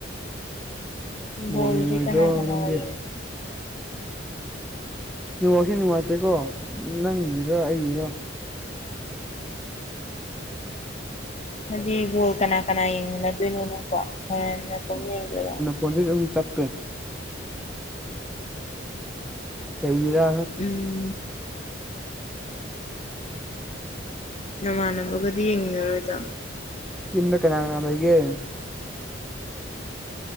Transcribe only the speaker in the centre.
ꯕꯣꯜ
ꯌꯦꯡꯉꯣꯏꯗ꯭ꯔꯣ
ꯅꯪꯒꯤ
ꯅ‌ꯦꯠꯋꯥꯛꯁꯤ ꯅꯨꯡꯉꯥꯏꯇꯦꯀꯣ ꯅꯪꯒꯤꯔ ꯑꯩꯒꯤꯔ
ꯐ‌ꯣꯟꯁꯤ ꯑꯗꯨꯝ ꯆꯞꯄꯦ ꯀꯩꯒꯤꯔ
ꯌꯨꯝꯗ ꯀꯅꯥ ꯀꯅꯥ ꯂꯩꯒ‌ꯦ